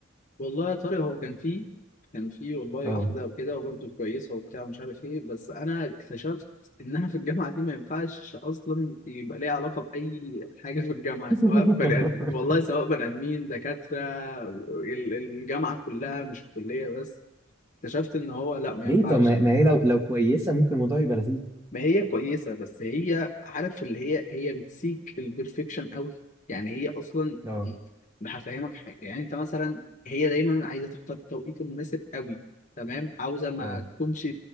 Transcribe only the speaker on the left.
والله يا طارق هو كان فيه كان فيه والله
واحدة وكده وبرده كويسة وبتاع مش عارف ايه بس أنا اكتشفت إنها في الجامعة دي ما ينفعش أصلا يبقى ليها علاقة بأي حاجة في الجامعة
سواء بني آدم والله سواء بني آدمين دكاترة ال- الجامعة كلها مش الكلية بس اكتشفت إن هو لأ ما
ينفعش
ما هي كويسة بس هي عارف اللي هي هي بتسيك البرفكشن قوي يعني هي أصلا
هفهمك حاجة يعني أنت مثلا هي دايما عايزة تختار التوقيت المناسب قوي تمام عاوزة ما
تكونش